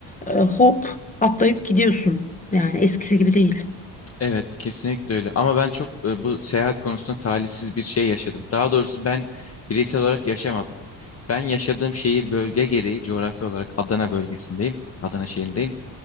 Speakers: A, on the left; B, on the left.
A: E, hop atlayıp gidiyorsun. Yani eskisi gibi değil.
B: Evet, kesinlikle öyle. Ama ben çok e, bu seyahat konusunda talihsiz bir şey yaşadım. Daha doğrusu ben bireysel olarak yaşamadım. Ben yaşadığım şehir bölge gereği coğrafi olarak Adana bölgesindeyim. Adana şehrindeyim.